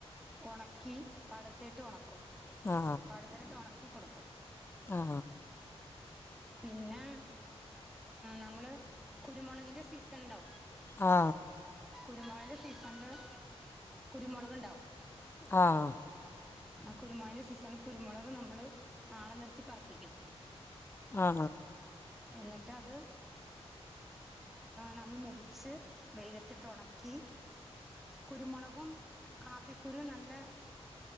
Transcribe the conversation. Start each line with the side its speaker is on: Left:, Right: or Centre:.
Centre: ഒണക്കി പടത്തിട്ട് ഒണക്കും
Left: ആ ആ
Centre: പടുതലിട്ട് ഒണക്കി കൊടുക്കും
Left: ആ
Centre: പിന്നെ നമ്മള് കുരുമുളകിന്റെ സീസൺണ്ടാവും.
Left: ആ
Centre: കുരുമൊളകിൻ്റെ സീസണ്ല് കുരുമൊളക്ണ്ടാവും
Left: ആ
Centre: ആ കുരുമുളകിന്റെ സീസണില് കുരുമുളക് നമ്മള് ആളെ നിർത്തി പറപ്പിക്കും
Left: ആ
Centre: എന്നിട്ടത് നമ്മൾ മെതിച്ച് വെയിലത്തിട്ട് ഉണക്കി കുരുമുളകും കാപ്പിക്കുരുവും നല്ല